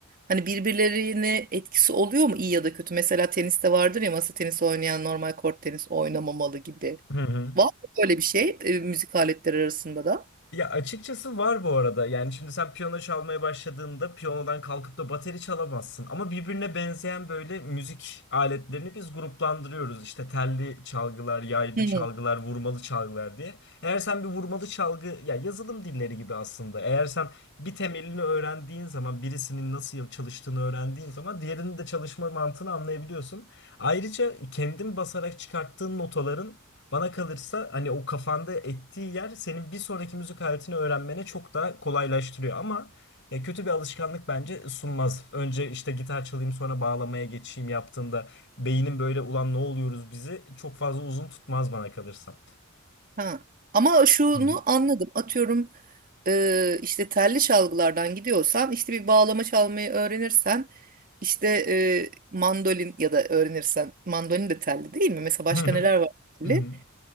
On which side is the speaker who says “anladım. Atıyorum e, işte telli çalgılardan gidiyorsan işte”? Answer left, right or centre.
Right